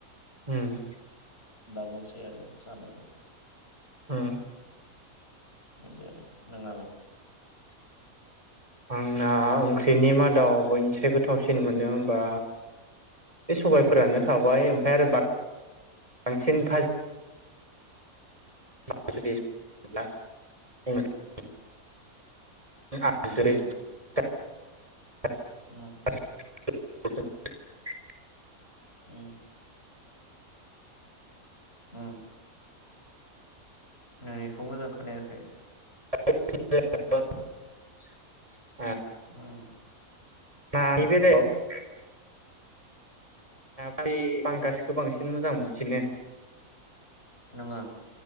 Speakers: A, on the right (about 25°); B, on the left (about 45°).
A: ओम
B: दा बुंसै आरो जानाय
A: ओम
B: बिदि आरो नोंनालाय?
A: आंना ओंख्रिनि मादाव बयनिसे गोथावसिन मोनो हबा बे सबायफोरानो थाबाय ओमफ्राय आरो बांसिन फाजि <unintelligible> आ <unintelligible> <unintelligible>
B: उम उम ओम ओम नोंनिखौ मोजां खोनायाखै
A: <unintelligible>
B: ह
A: ना <unintelligible> <unintelligible> ना बांसिन मोजां मोनसिनो
B: नोङो